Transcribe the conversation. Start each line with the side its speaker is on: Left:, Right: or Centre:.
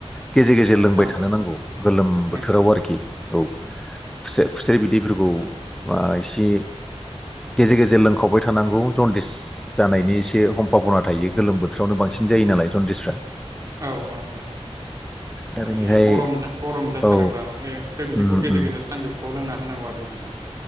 Centre: गेजेर गेजेर लोंबाय
Right: औ
Centre: थानो नांगौ गोलोम
Right: नंगौ
Centre: बोथोराव आरोखि औ खुसेर। खुसेर बिदैफोरखौ एसे गेजेर गेजेर लोंखावबाय थानांगौ। जन्दिस जानायनि एसे सम्भाबना थायो गोलोम बोथोरावनो बांसिन जायो नालाय जन्दिसफ्रा।
Right: औ औ औ।
Centre: दा
Right: माने
Centre: बेनिखाय
Right: गरम गरम जाथारोबा
Centre: औ
Right: माने बि बिदिखौ
Centre: उम
Right: गेजेर
Centre: उम
Right: गेजेर सानजौफुआव लोंना होनांगौ आरो नोंथां। <inaudible>